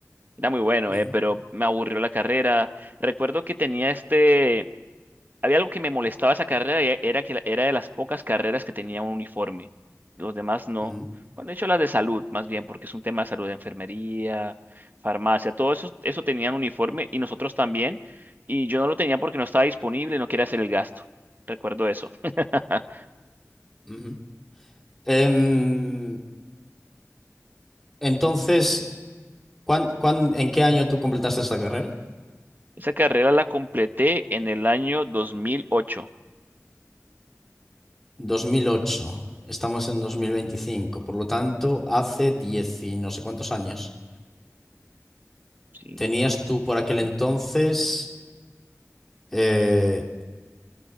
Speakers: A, on the right (about 35°); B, in the centre.
A: Era muy bueno,
B: ujú,
A: eh, pero me aburrió la carrera. Recuerdo que tenía este, había algo que me molestaba esa carrera, y era que la- era de las pocas carreras que tenía un uniforme. Los demás no.
B: ujú.
A: Bueno, de hecho las de salud, más bien, porque es un tema de salud, de enfermería, farmacia, todo eso, eso tenían uniforme y nosotros también. Y yo no lo tenía porque no estaba disponible, no quería hacer el gasto. Recuerdo eso. <laughs>
B: Ujú. Em, entonces, ¿cuán- cuán- en qué año tú completaste esta carrera?
A: Esa carrera la completé en el año dos mil ocho
B: 2008. Estamos en 2025. por lo tanto, hace 10 y no sé cuántos años.
A: Sí,
B: Tenías
A: pues,
B: tú por aquel
A: ¿siete?
B: entonces... eh,